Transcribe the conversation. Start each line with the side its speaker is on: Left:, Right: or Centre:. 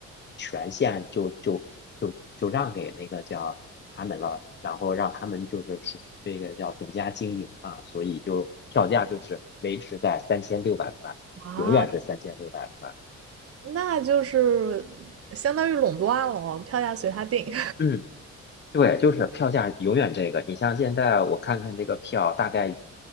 Left: 权限就就就就让给那个叫他们了，然后让他们就是属于这个叫独家经营嘛，所以就票价就是维持在三千六百块。
Right: 啊，
Left: 永远是三千六百块。
Right: 那就是相当于垄断了，票价随他定，
Left: 嗯，对，就是票价永远这个。你像现在我看看这个票，大概